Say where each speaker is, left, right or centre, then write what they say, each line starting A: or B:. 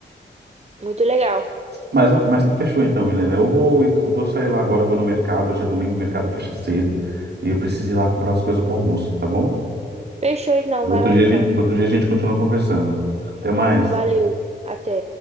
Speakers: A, on the right; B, on the right.
A: Muito legal.
B: Mas, mas tá fechou então, Milena. Eu vou, eu vou sair lá agora, eu vou no mercado. Hoje é domingo, o mercado fecha cedo. E eu preciso ir lá comprar as coisas para almoço, tá bom?
A: Fechou então,
B: Outro
A: vai lá
B: dia,
A: então.
B: a gente- outro dia a gente continua conversando. Até mais.
A: Valeu. Até.